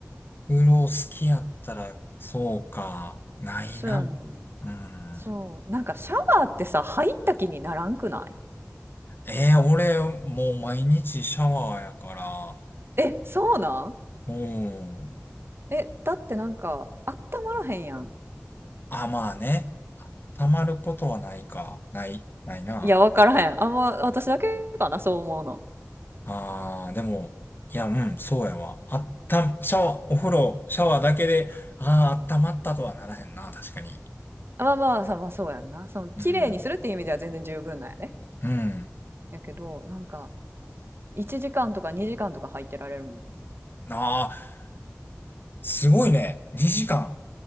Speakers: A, on the left (about 45°); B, on the right (about 50°).
A: うろ好きやったら、そうか。ないな。
B: そうやね
A: うん。
B: そうなんかシャワーってさ入った気にならんくない
A: えー、俺、もう毎日シャワーやから、
B: えそうなん
A: うん。
B: えだってなんかあったまらへんやん
A: あ、まあね。溜まることはないか。ない、ないな。
B: いや、わからへん。あんま、私だけかな、そう思うの。
A: あー、でも、いや、うん、そうやわ。あった、シャワー、お風呂、シャワーだけで、あー、温まったとはならへんな、確かに。
B: あまあまあ、さ、まあそうやんな。その、綺麗にするっていう意味では全然十分なんやね。
A: うん。うん。
B: やけど、なんか、1時間とか2時間とか入ってられるもん。
A: あー、すごいね。2時間。